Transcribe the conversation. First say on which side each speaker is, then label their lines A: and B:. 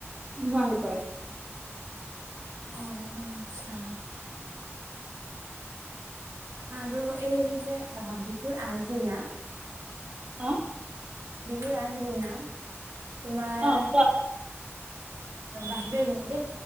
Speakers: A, on the right; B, on the right.
A: নোহোৱা হৈ পৰে
B: অঁ। আ, আৰু এই যে বিহুৰ আগদিনা।
A: হা।
B: বিহুৰ আগ দিনা। তোমাৰ।
A: অ কোৱা
B: বাহ দেই,